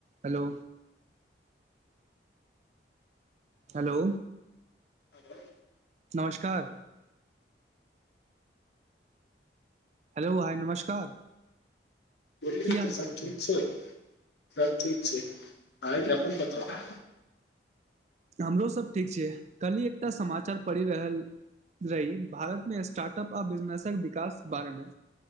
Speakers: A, on the right; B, on the left.
A: Hello. Hello.
B: Hello
A: नमस्कार hello hi नमस्कार
B: बोल
A: की हाल
B: तऽ सब
A: चाल
B: ठीक
A: छै
B: छ सब ठीक छै अर अपन पता
A: हमरोसभ ठीक छै काल्हि एकटा समाचार पड़ि रहल रही भारतमे स्टार्ट अपप आ बिजनेसक विकास बारेमे